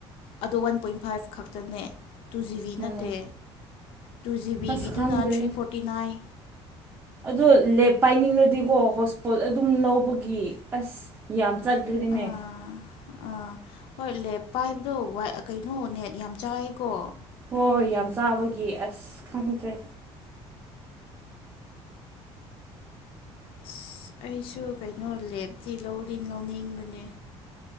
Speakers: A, on the left (about 55°); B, on the right (about 20°).
A: ꯑꯗꯣ ꯋꯥꯟ ꯄꯣꯏꯟ ꯐꯥꯏꯚ ꯈꯛꯇꯅꯦ ꯇꯨ ꯖꯤꯕꯤ ꯅꯠꯇꯦ
B: ꯎꯝ
A: ꯇꯨ ꯖꯤꯕꯤꯒꯤꯗꯨꯅ
B: ꯑꯁ ꯈꯪꯗ꯭ꯔꯦ
A: ꯊ꯭ꯔꯤ ꯐꯣꯔꯇꯤ ꯅꯥꯏꯟ
B: ꯑꯗꯣ ꯄꯥꯏꯅꯤꯡꯉꯗꯤꯀꯣ ꯍꯣꯠꯁꯄꯣꯠ ꯑꯗꯨꯝ ꯂꯧꯕꯒꯤ ꯑꯁ ꯌꯥꯝ ꯆꯠꯈ꯭꯭ꯔꯔꯤꯅꯦ
A: ꯑꯥ ꯑꯥ ꯍꯣꯏ ꯂꯦꯞ ꯄꯥꯏꯕꯗꯣ ꯀꯩꯅꯣ ꯅꯦꯠ ꯌꯥꯝ ꯆꯥꯏꯌꯦꯀꯣ
B: ꯍꯣꯏ ꯌꯥꯝ ꯆꯥꯕꯒꯤ ꯑꯁ ꯈꯪꯗ꯭ꯔꯦ
A: ꯑꯁ ꯑꯩꯁꯨ ꯀꯩꯅꯣ ꯂꯦꯞꯇꯤ ꯂꯧꯔꯤ ꯂꯧꯅꯤꯡꯕꯅꯦ